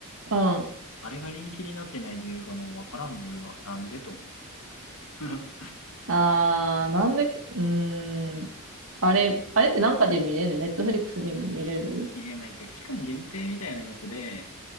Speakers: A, on the right; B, on the left.
A: ん。
B: あれが人気になってない理由がもうわからんもん、俺は。なんでと思う。<laughs>
A: ああ、なんで、うーん。あれ、あれってなんかで見れるネットフリックスで今見れる
B: いや、なんか期間限定みたいなやつで、